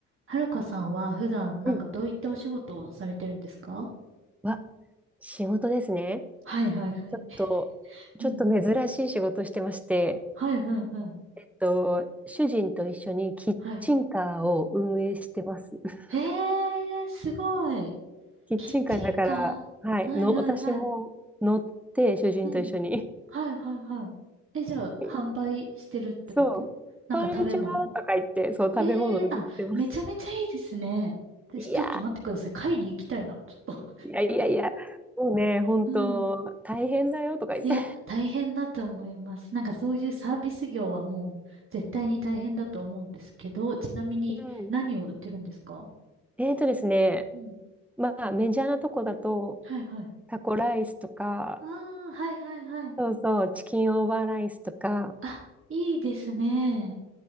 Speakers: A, on the right; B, in the centre.
A: はるかさんは普段なんかどういったお仕事をされてるんですか
B: うん。わ、仕事ですね。
A: はいはいはい。
B: ちょっと、ちょっと珍しい仕事してまして、
A: うん。はいはいはい。
B: えっと、主人と一緒にキッチンカーを運営してます。
A: はい。
B: <laughs>
A: え、えー、すごい。
B: キッチンカーだから、
A: キッチンカーはいはいはい。
B: はい、の、私も乗って、主人と一緒に。
A: うん。はいはいはい。え、じゃあ、
B: <laughs>
A: 販売してるってことなんか食べ物
B: そう、こんにちはとか言って、そう、食べ物を売ってます。
A: ええー、あ、めちゃめちゃいいですね。で、
B: いや
A: ちょっと待ってください。買いに行きたいな、ちょっと。
B: ー、いやいやいや、もうね、本当大変だよとか言って。
A: <laughs> うん。いや、大変だと思います。なんかそういうサービス業はもう絶対に大変だと思うんですけど、ちなみに何を売ってるんですか
B: うん。えーとですね、
A: うん。
B: まあ、メジャーなとこだと、
A: はいはい。
B: タコライスとか、
A: ああ、はいはいはい。
B: そうそう、チキンオーバーライスとか、
A: あ、いいですね。